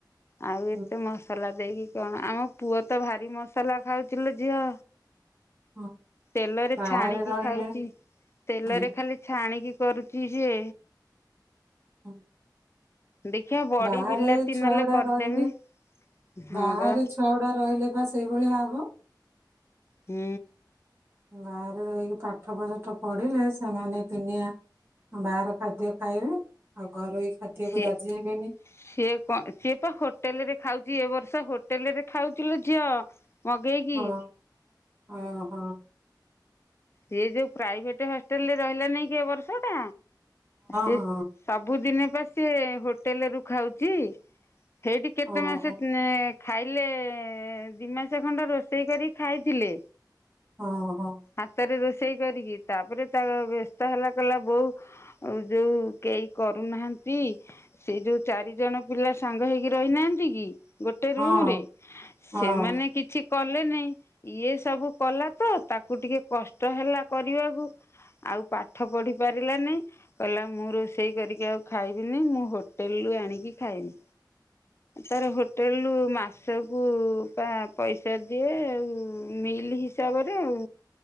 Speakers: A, on the left; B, on the right.
A: ଆଉ ଏତେ
B: ହୁଁ
A: ମସଲା ଦେଇକି କଣ ଆମ ପୁଅ ତ ଭାରି ମସଲା ଖାଉଚି ଲୋ ଝିଅ।
B: ହୁଁ
A: ତେଲରେ
B: ବାହାରେ
A: ଛାଣିକି
B: ରହିଲେ
A: ଖାଉଛି ତେଲରେ
B: ହୁଁ
A: ଖାଲି ଛାଣିକି କରୁଛି ଯେ
B: ହଁ।
A: ଦେଖିଆ ବଡି
B: ବାହାରେ
A: ବିଲାତି
B: ଛୁଆ
A: ନହେଲେ
B: ଗୁଡା
A: କରିଦେମି
B: ରହିଲେ
A: ହଁ
B: ବାହାରେ
A: ବା
B: ଛୁଆ ଗୁଡା ରହିଲେ ବା ସେଇଭଳିଆ ହବ।
A: ହୁଁ।
B: ବାହାରେ ରହିକି ପାଠ ସାଠ ପଢିଲେ ସେମାନେ ଦୁନିଆ ବାହାର ଖାଦ୍ୟ ଖାଇବେ ଆଉ ଘରୋଇ ଖାଦ୍ୟକୁ
A: ସିଏ
B: ରାଜି ହେବେନି
A: ସିଏ କଣ ସିଏ ପା ହୋଟେଲରେ ଖାଉଛି ଏ ବର୍ଷ ସେ ହୋଟେଲ ରେ ଖାଉଥିଲ ଝିଅ। ମଗେଇକି।
B: ହଁ ହଁ ହଁ।
A: ସିଏ ଯୋଉ ପ୍ରାଇଭେଟ ହଷ୍ଟେଲରେ ରହିଲା ନାଇଁ କି ବର୍ଷ ଟା ସେ
B: ହଁ
A: ସବୁଦିନେ ପା ସେ ହୋଟେଲ ରୁ ଖାଉଛି। ସେଇଠି କେତେ
B: ହଁ ଓହୋ
A: ମାସ ଏ ଖାଇଲେ ଦି ମାସ ଖଣ୍ଡ ରୋଷେଇ କରି ଖାଇଥିଲେ।
B: ହଁ ହଉ।
A: ହାତରେ ରୋଷେଇ କରିକି ତାପରେ ତା ବ୍ୟସ୍ତ ହେଲା କଲା ବୋଉ ଯୋଉ କେହି କରୁନାହାଁନ୍ତି ସେ ଯୋଉ ଚାରିଜଣ ପିଲା ସାଙ୍ଗ ହେଇକି ରହିନାହାଁନ୍ତି କି ଗୋଟେ
B: ହଁ
A: ରୁମରେ
B: ହଁ
A: ସେମାନେ କିଛି କଲେ ନେଇଁ ଇଏ ସବୁ କଲା ତ ତାକୁ ଟିକେ କଷ୍ଟ ହେଲା କରିବାକୁ ଆଉ ପାଠ ପଢି ପାରିଲାନେଇ କହିଲା ମୁଁ ରୋଷେଇ କରିକି ଆଉ ଖାଇବିନି ମୁଁ ହୋଟେଲ ରୁ ଆଣିକି ଖାଇବି। ତାର ହୋଟେଲରୁୁ ମାସକୁ ବା ପଇସା ଦିଏ ଆଉ ମିଲ୍ ହିସାବରେ ଆଉ